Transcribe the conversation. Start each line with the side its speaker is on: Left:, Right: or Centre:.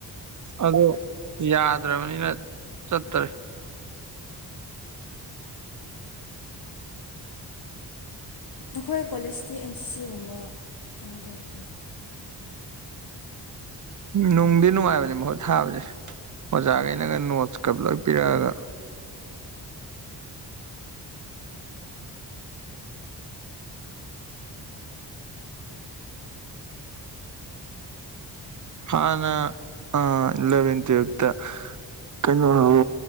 Right: ꯑꯗꯣ ꯌꯥꯗ꯭ꯔꯕꯅꯤꯅ ꯆꯠꯇꯔꯦ
Left: ꯅꯈꯣꯏ ꯀꯣꯂꯦꯖꯇꯤ ꯑꯦꯟ ꯁꯤ ꯁꯤꯒꯨꯝꯕ ꯀꯩꯅꯣ ꯇꯧꯗ꯭ꯔꯣ
Right: ꯅꯨꯡꯗꯤ ꯅꯨꯡꯉꯥꯏꯕꯅꯦ ꯃꯍꯨꯠ ꯊꯥꯒꯔꯦ ꯑꯣꯖꯥꯒꯩꯅ ꯅꯣꯠꯁꯀ ꯄꯨꯂꯞ ꯄꯤꯔꯛꯑꯒ ꯍꯥꯟꯅ ꯑ ꯑꯦꯂꯦꯕꯦꯟ ꯇꯤꯜꯕ ꯇꯥ ꯀꯩꯅꯣ ꯑꯪ